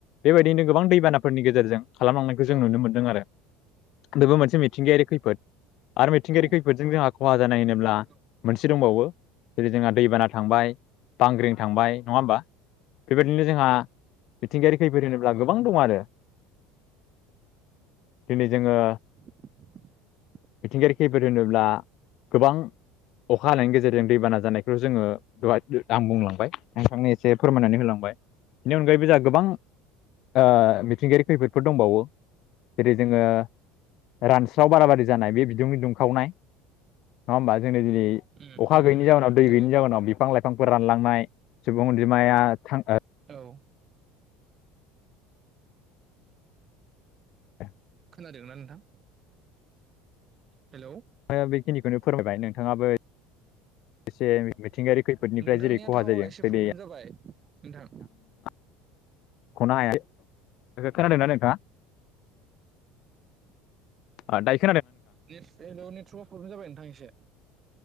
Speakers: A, on the left; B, on the right.
A: बेबायदिनो गोबां दैबानाफोरनि गेजेरजों। खालामलांनायखौ
B: औ
A: जों
B: उम औ
A: नुनो मोनदों आरो बेबो मोनसे मिथिंगायारि खैफोद। आरो मिथिंगायारि
B: उम
A: खैफोदजों जोंहा खहा जानाय होनोब्ला
B: औ
A: मोनसे दंबावो जेरै जोंहा‌ दैबाना थांबाय बांग्रिं थांबाय नङा होमबा बेबायदिनो जोंहा मिथिंगायारि खैफोद होनोब्ला गोबां दं आरो। दिनै जोङो
B: <inaudible>
A: मिथिंगायारि खैफोद होनोब्ला गोबां। अखा हानायनि गेजेरजों दैबाना जानायखौ जोङो आं बुंलांबाय नोंथांनो एसे फोरमायनानै होलांबाय। बेनि अनगायैबो जोंहा गोबां ओ मिथिंगायारि खैफोदफोर दंबावो जेरै जोङो रानस्राव बालाबारि जानाय बे बिदुंनि दुंखावनाय नङा होमबा जोंनि दिनै
B: उम
A: अखा
B: उम
A: गैयनि जाहोनाव दै
B: नंगौ
A: गैयनि जाहोनाव बिफां-लाइ फांफोर रानलांनाय सुबुं अनजिमाया थां ओ
B: औ
A: <inaudible>
B: खोनादोंना नोंथां हेलौ।
A: ओ बेखिनिखौनो फोरमायबाय नोंथाङाबो एसे मिथिंगायारि खैफोदनिफ्राय
B: नोंथांनिया
A: जेरै खहा
B: टावारा
A: जायो
B: एसे
A: जेरै
B: प्रब्लेम जाबाय नोंथां।
A: खनो हाया खोनादोंना नोंथाङा? आ दाइस
B: ने हेल' नेटवर्कआव प्रब्लेम जाबाय नोंथां एसे